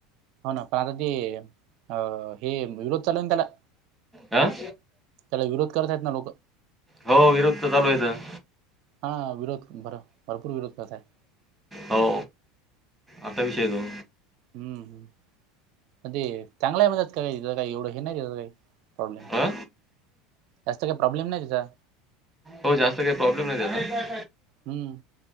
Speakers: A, on the right (about 50°); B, in the centre.
A: हो ना पण आता ते अ हे विरोध चालू हाय ना त्याला
B: आं
A: त्याला विरोध करत्यात ना लोक
B: हो विरोध त चालू आहेेत.
A: हा विरोध भर भरपूर विरोध करत आहे
B: हो असा विषय तो
A: हम्म हं पण ते चांगल्यामध्येचं काय त्याज काही हे नाय त्याज काही प्रॉब्लेम
B: आ
A: जास्त काही प्रॉब्लेम नाही त्याचा
B: हो जास्त काय प्रॉब्लेम नाय त्याला
A: हम्म